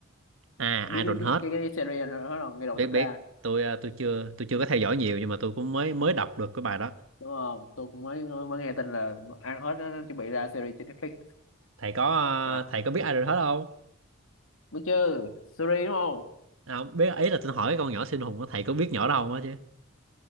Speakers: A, on the right; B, on the left.
A: à
B: biết
A: Iron
B: cái, biết
A: hết
B: cái, cái series rồi hết không ngay đầu
A: biết
B: sắp
A: biết
B: ra
A: tôi ờ, tôi chưa tôi chưa có theo dõi nhiều nhưng mà tôi cũng mới mới đọc được cái bài đó
B: đúng không tôi cũng mới mới nghe tin là ăn hết nó, nó chuẩn bị ra series trên Netflix
A: thầy có ờ,
B: là
A: thầy có biết ai rồi hết không
B: biết chứ Suri đúng không
A: à, không biết ý là tôi hỏi cái con nhỏ siêu hùng á, thầy có biết nhỏ đó không á chứ